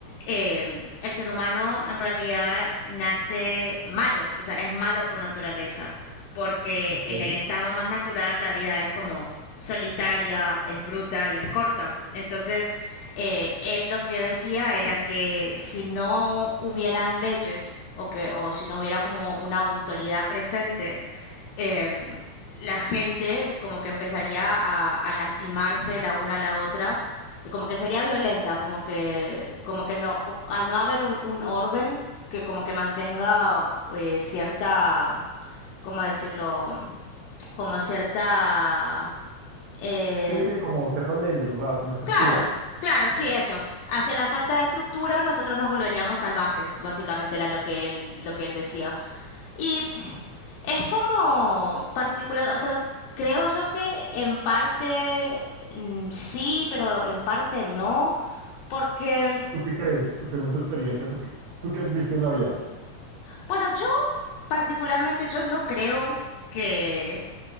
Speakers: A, on the left; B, on the right.
A: eh, el ser humano en realidad nace malo, o sea, es malo por naturaleza. porque
B: Ok.
A: en el estado más natural la vida es como solitaria, es bruta y es corta. Entonces, eh, él lo que decía era que si no hubieran leyes o, que, o si no hubiera como una autoridad presente, eh, la gente como que empezaría a, a lastimarse la una a la otra y como que sería violenta, como que, como que no, co- al no haber un, un orden que como que mantenga eh, cierta ¿cómo decirlo? Como cierta... eh,
B: Sí, sí, como ciertas leyes, o sea, como estructura.
A: claro, claro, sí, eso. Hacia la falta de estructura nosotros nos volveríamos salvajes, básicamente era lo que él, lo que él decía. Y es como particular, o sea, creo yo que en parte mm, sí, pero en parte no, porque,
B: ¿Tú qué crees? Tú, según tu experiencia, ¿tú qué, tú qué has visto en la vida?
A: bueno, yo particularmente yo no creo que